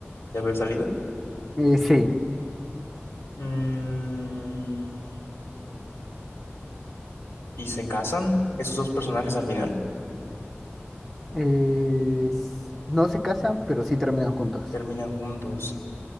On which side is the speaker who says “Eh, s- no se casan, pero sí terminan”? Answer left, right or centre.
Centre